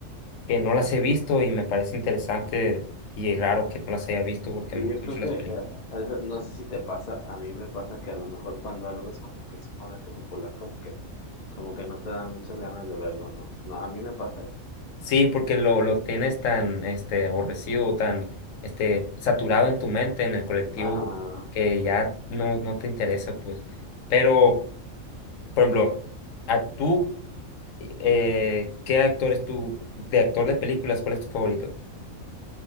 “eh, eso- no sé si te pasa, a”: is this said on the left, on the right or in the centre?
Left